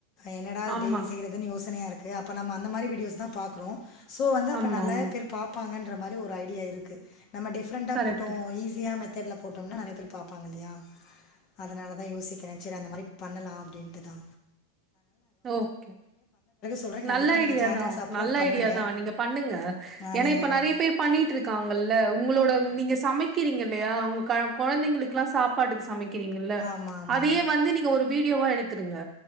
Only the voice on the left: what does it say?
என்னடா
டெய்லி செய்யறதுன்னு யோசனையா இருக்கு இருக்கு அப்ப நம் அந்த மாரி வீடியோஸ் தா பாக்குறோம் சோ வந்து அப்போ
நல்லா
பேர் பாப்பாங்க பண்றா மாரி ஒரு ஐடியா இருக்கு நம்ம டிஃப்ரெண்டா
போட்டோ ஈஸிய தெர்ல பா போட்டம்னா நறைய பேர் பாப்பாங்க இல்லையா அதனால தா யோசிக்கறே சரி அந்த மாரி பண்ணலா அப்டின்ட்டு தா
சொல்றே கண்டிப்பா
நீங்க சேனல் சப்போர்ட்
பண்ணுங்க.
ஆ
நீங்க
உங்
ஆமா ஆமா.